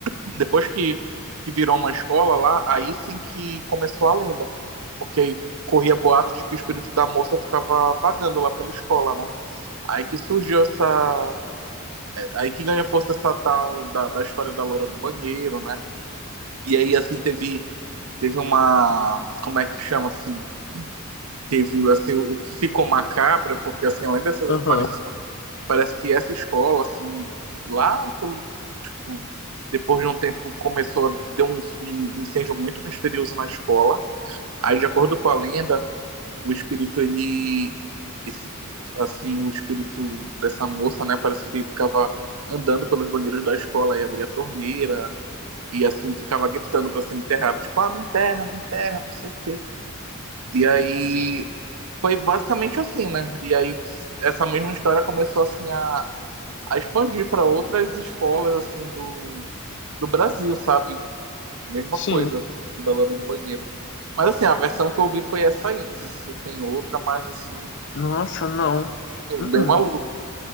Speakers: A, on the right (about 80°); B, on the left (about 55°).
A: depois que, que virou uma escola lá, aí sim que começou a lenda. Porque aí corria boato de que o espírito da moça ficava vagando lá pela escola, né? Aí que surgiu essa Aí que ganha força essa tal da, da história da loura do banheiro, né? E aí, assim, teve, teve uma. Como é que chama assim? Teve assim, o que ficou macabra, porque assim, além dessas
B: aham,
A: aparições, parece que essa escola, assim, lá pelo. tipo, depois de um tempo começou a deu um, um incêndio muito misterioso na escola. Aí, de acordo com a lenda, o espírito, ele. esse- assim, o espírito dessa moça, né? Parece que ficava andando pelos banheiros da escola e abria a torneira e, assim, ficava gritando para ser enterrada. Tipo, ah, me enterra, me enterra, não sei o quê. E aí. Foi basicamente assim, né? E aí, essa mesma história começou, assim, a, a expandir para outras escolas, assim, do, do Brasil, sabe? Mesma
B: sim.
A: coisa, falando da loira do banheiro. Mas assim, a versão que eu ouvi foi essa aí. Não sei se você tem outra, mas assim,
B: Nossa, não. Uhum.
A: Bem maluco.